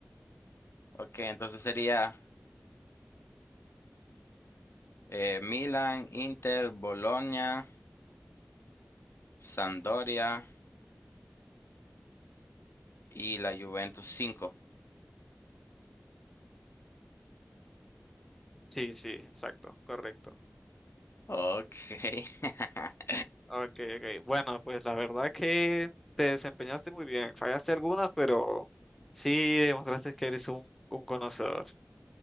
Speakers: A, on the left; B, in the centre.
A: Ok, entonces sería eh, Milan, Inter, Bolonia, Sampdoria. y la Juventus cinco,
B: sí, sí, exacto, correcto.
A: Ok. <laughs>
B: Ok, ok. Bueno, pues la verdad que te desempeñaste muy bien. Fallaste algunas, pero sí demostraste que eres un, un conocedor.